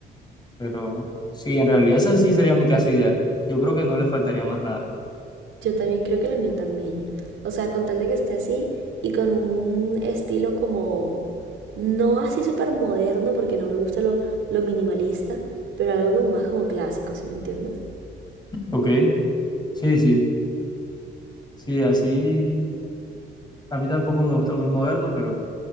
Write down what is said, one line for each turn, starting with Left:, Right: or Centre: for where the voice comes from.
Left: Pero sí, en realidad esa sí sería mi casa ideal. Yo creo que no le faltaría más nada.
Right: Yo también creo que la mía también. O sea, con tal de que esté así y con un estilo como, no así súper moderno, porque no me gusta lo, lo minimalista, pero algo como más como clásico, ¿sí me entiendes?
Left: ¿Ok? Sí, sí, sí, así. A mí tampoco me gusta muy moderno, pero,